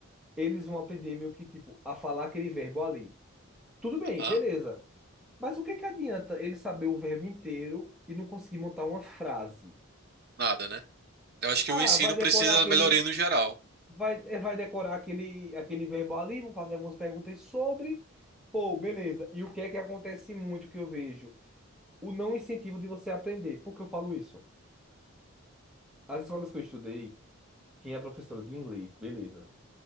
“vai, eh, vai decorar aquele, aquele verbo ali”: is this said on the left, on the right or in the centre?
Centre